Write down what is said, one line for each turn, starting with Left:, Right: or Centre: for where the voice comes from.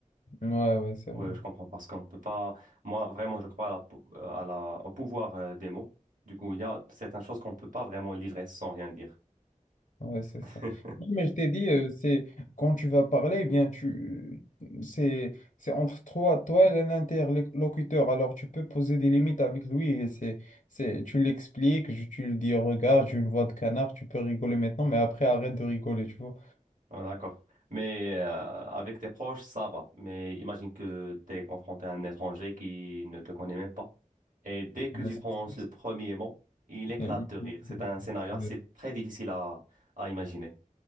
Left: Ouais, ouais, c'est vrai.
Right: Oui, je comprends parce qu'on peut pas. Moi, vraiment, je crois à la, pou- euh, à la- au pouvoir euh, des mots. Du coup, il y a certaines choses qu'on peut pas vraiment livrer sans rien dire.
Left: Ouais, c'est
Right: <laughs>
Left: ça. Non, mais je t'ai dit, euh, c'est quand tu vas parler, eh bien, tu c'est c'est entre toi, toi et l'interlocuteur. Alors, tu peux poser des limites avec lui et c'est c'est tu l'expliques, je- tu lui dis, regarde, j'ai une voix de canard, tu peux rigoler maintenant, mais après, arrête de rigoler, tu vois.
Right: Ah, d'accord. Mais euh, avec tes proches, ça va. Mais imagine que tu es confronté à un étranger qui ne te connaît même pas. Et dès que
Left: Ouais,
Right: tu
Left: c'est-
Right: prononces
Left: c'est-
Right: le
Left: c'est-
Right: premier mot, il éclate
Left: mais il
Right: de rire.
Left: faut-
Right: C'est un scénario assez
Left: Ouais,
Right: très difficile à, à imaginer.